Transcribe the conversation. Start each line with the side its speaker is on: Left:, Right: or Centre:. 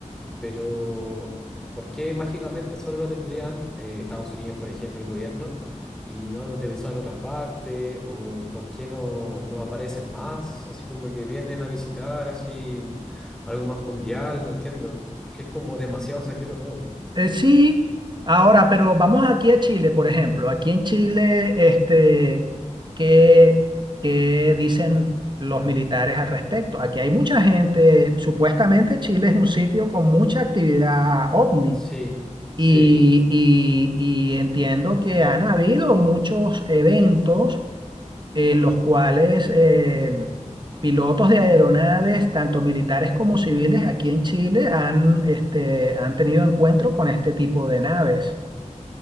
Centre: Pero, ¿por qué mágicamente solo lo tendrían eh, Estados Unidos, por ejemplo, el gobierno, y no han aterrizado en otras partes? ¿O por qué no, no aparecen más? Así como que vienen a visitar, así algo más mundial, no entiendo. Es que es como demasiado secreto todo.
Right: Eh, sí, ahora, pero vamos aquí a Chile, por ejemplo. Aquí en Chile, este, ¿qué, qué dicen los militares al respecto? Aquí hay mucha gente, supuestamente Chile es un sitio con mucha actividad ovni
Centre: Sí, sí.
Right: y, y- y entiendo que han habido muchos eventos en los cuales eh, pilotos de aeronaves, tanto militares como civiles, aquí en Chile han, este, han tenido encuentro con este tipo de naves.